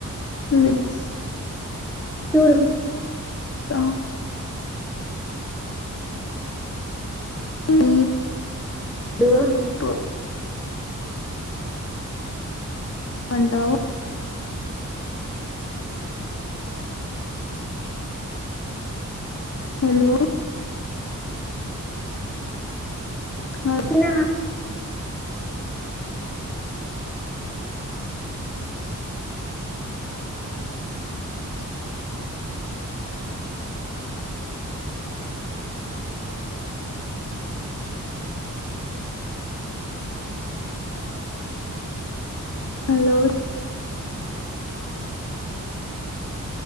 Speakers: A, on the left (about 50°); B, in the centre.
A: లింక్స్
B: చూడు
A: త ఈ
B: డు
A: కో <inaudible> అంటావ్ హలో హయ్
B: నా
A: హలో